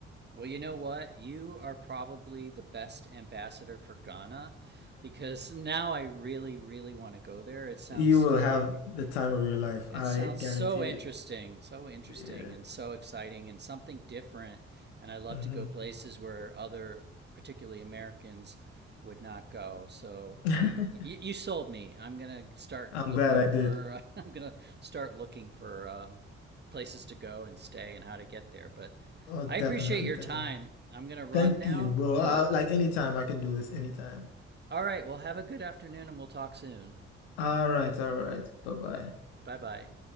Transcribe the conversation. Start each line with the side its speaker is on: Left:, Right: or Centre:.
Right: Well, you know what? You are probably the best ambassador for Ghana because now I really, really want to go there. It sounds
Left: You
Right: so
Left: will have the time of your life,
Right: it
Left: I
Right: sounds
Left: guarantee
Right: so interesting,
Left: it.
Right: so interesting
Left: Yeah.
Right: and so exciting and something different. And I love
Left: hmm
Right: to go places where other, particularly Americans, would not go. So,
Left: <laughs>
Right: like, you, you sold me. I'm gonna start
Left: I'm
Right: looking
Left: glad I did.
Right: for, <laughs> I'm gonna start looking for um, places to go and stay and how to get there. But
Left: Oh, definitely,
Right: I appreciate your
Left: definitely.
Right: time. I'm gonna run
Left: Thank
Right: now,
Left: you, bro. I,
Right: but
Left: like anytime I can do this anytime.
Right: all right, well, have a good afternoon and we'll talk soon.
Left: All right, all right. Bye-bye.
Right: Bye bye.